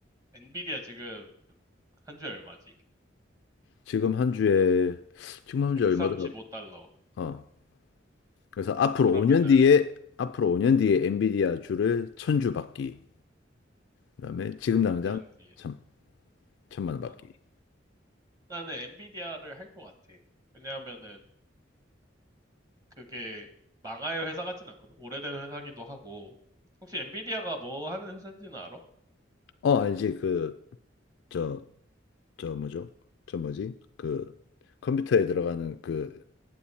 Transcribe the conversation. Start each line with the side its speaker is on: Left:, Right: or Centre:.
Right: 엔비디아 지금 한 주에 얼마지?
Left: 지금 한 주에
Right: 찾아
Left: 지금 한
Right: 135달러.
Left: 주에 얼마 더라 어. 그래서 앞으로
Right: 그러면은
Left: 5년 뒤에 앞으로 5년 뒤에 엔비디아 주를 천주 받기. 그다음에 지금 당장
Right: 5년 뒤에
Left: 천 천만
Right: 10만
Left: 원 받기.
Right: 원. 나는 엔비디아를 할 것 같아. 왜냐하면은 그게 망할 회사 같진 않거든. 오래된 회사기도 하고. 혹시 엔비디아가 뭐 하는 회사인지는 알아?
Left: 어, 알지? 그 저 저 뭐죠? 저 뭐지? 그 컴퓨터에 들어가는 그